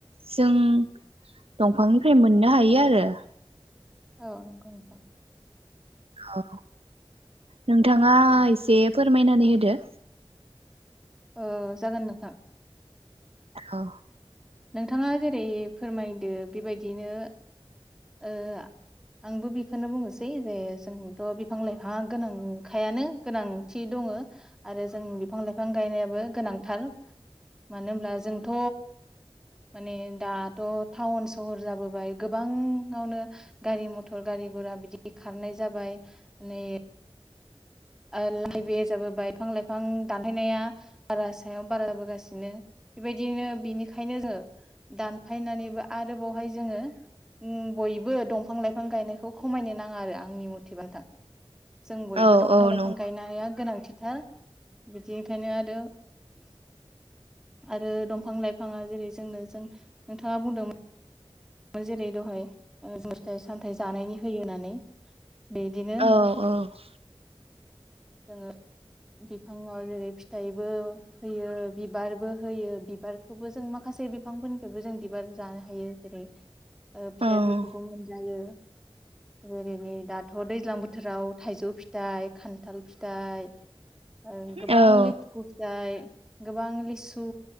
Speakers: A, on the right; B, in the centre.
A: जों दंफांनिफ्राय मोननो हायो आरो
B: औ नंगौ नोंथां
A: औ नोंथाङा एसे फोरमायनानै होदो
B: ओ जागोन नोंथां
A: औ
B: नोंथाङा जेरै फोरमायदो बेबायदिनो ओ आंबो बेखौनो बुंनोसै जे जोंथ' बिफां लाइफाङा गोनांखायानो गोनांथि दङ आरो जों बिफां लाइफां गायनायाबो गोनांथार मानो होनब्ला जोंथ' माने दाथ' टाउन सहर जाबोबाय गोबां ङावनो गारि मथर गारि गुरा बिदि खारनाय जाबाय माने लाइ बे जाबो बाय बिफां लाइफां दानफायनाया बारा सायाव बारा जाबोगासिनो बेबायदिनो बिनिखायनो जोङो दानफायनानैबो आरोबावहाय जोङो बयबो दंफां लाइफां गायनायखौ खमायनो नाङा आरो आंनि मथेबा नोथां जों
A: औ
B: बो दंफां
A: औ
B: लाइफां
A: नं
B: गायनाया गोनांथि थार बिदि ओंखायनो आरो आरो दंफां लाइफाङा जेरै जोंनो जों नोंथाङा बुंदोंमोन जेरै दहाय जों फिथाइ सामथाइ जानायनि होयो होननानै बिदिनो
A: औ औ <inaudible>
B: जोङो बिफाङाव जेरै फिथाइबो होयो बिबारबो होयो बिबारखौबो जों माखासे बिफांफोरनिफ्रायबो जों बिबार जानो हायो जेरै ओ फिथाइफोरखौबो
A: औ
B: मोनजायो जेरै नै दाथ' दैज्लां बोथोराव थाइजौ फिथाइ खान्थाल फिथाइ ओ गोबां
A: औ
B: लिथुखु जाय गोबां लिसु